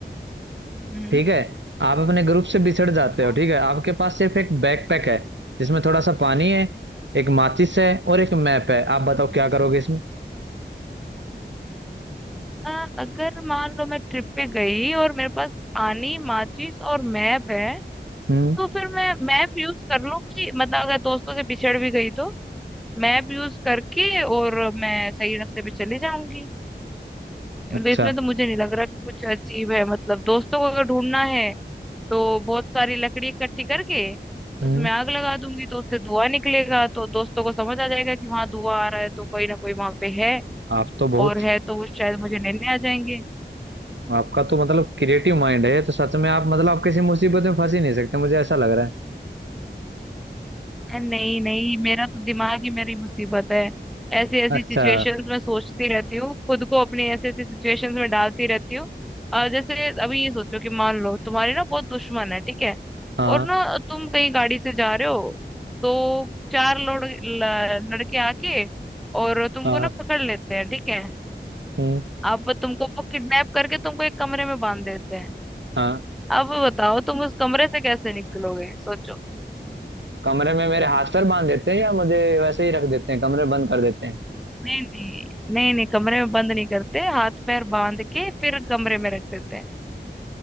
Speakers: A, in the centre; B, on the right (about 85°).
A: हम्म
B: ठीक है आप अपने ग्रुप से बिछड़ जाते
A: हाँ।
B: हो ठीक है आपके पास सिर्फ एक बैकपैक है जिसमें थोड़ा सा पानी है एक माचिस है और एक मैप है आप बताओ क्या करोगे इसमें
A: अ, अगर मान लो मैं ट्रिप पे गई और मेरे पास पानी माचिस और मैप है
B: हम्म
A: तो फिर मैं मैप यूज कर लूँ कि मतलब अगर दोस्तों से पिछड़ भी गई तो मैप यूज करके और मैं सही रास्ते पे चली जाऊंगी
B: अच्छा
A: मतलब इसमें तो मुझे नहीं लग रहा कि कुछ अचीव है मतलब दोस्तों को अगर ढूंढना है तो बहुत सारी लकड़ी इकट्ठी करके
B: हम्म
A: उसमें आग लगा दूंगी तो उससे धुआं निकलेगा तो दोस्तों को समझ आ जाएगा कि वहां धुआं आ रहा है तो कोई ना कोई वहां पे है
B: आप तो बहुत
A: और है तो वो शायद मुझे लेने आ जाएंगे
B: आपका तो मतलब क्रिएटिव माइंड है तो सच में आप मतलब आप किसी मुसीबत में फंस ही नहीं सकते मुझे ऐसा लग रहा है
A: नहीं नहीं मेरा तो दिमाग ही मेरी मुसीबत है ऐसी ऐसी
B: अच्छा
A: सिचुएशंस में सोचती रहती हूँ खुद को अपनी ऐसी ऐसी सिचुएशंस में डालती रहती हूँ और जैसे अभी ये सोचो कि मान लो तुम्हारी ना बहुत दुश्मन है ठीक है
B: हाँ
A: और ना तुम कहीं गाड़ी से जा रहे हो तो चार लोग लड़के आके और तुमको
B: हाँ
A: ना पकड़ लेते हैं ठीक है
B: हम्म
A: अब तुमको वो किडनैप करके तुमको एक कमरे में बांध देते हैं
B: हाँ
A: अब बताओ तुम उस कमरे से कैसे निकलोगे सोचो
B: कमरे में मेरे हाथ पर बांध देते हैं या मुझे वैसे ही रख देते हैं कमरे बंद कर देते हैं
A: नहीं नहीं नहीं नहीं कमरे में बंद नहीं करते हाथ पैर बांध के फिर कमरे में रख देते हैं